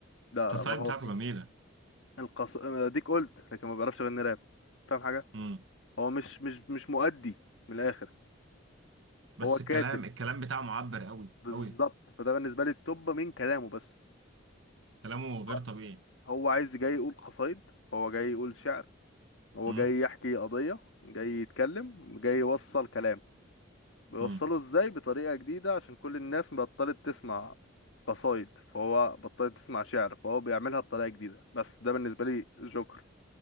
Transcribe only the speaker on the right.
القصايد
بتاعته جميلة
مم.
بس
الكلام الكلام بتاعه معبر قوي
قوي
كلامه غير
طبيعي
مم.
مم.